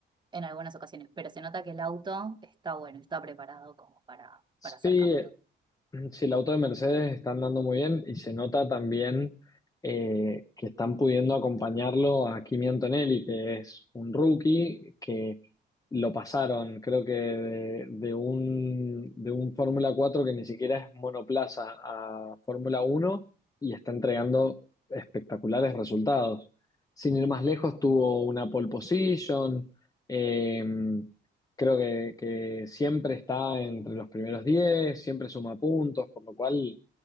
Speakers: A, on the right (about 20°); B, on the left (about 20°).
A: en algunas ocasiones. Pero se nota que el auto está bueno, está preparado como para,
B: Sí,
A: para ser campeón.
B: Mm, Sí, el auto de Mercedes está andando muy bien y se nota también eh, que están pudiendo acompañarlo a Kimi Antonelli, que es un rookie que lo pasaron, creo que de, de un, de un Fórmula 4 que ni siquiera es monoplaza a Fórmula uno y está entregando espectaculares resultados. Sin ir más lejos, tuvo una pole position. eh, Creo que, que siempre está entre los primeros diez siempre suma puntos, por lo cual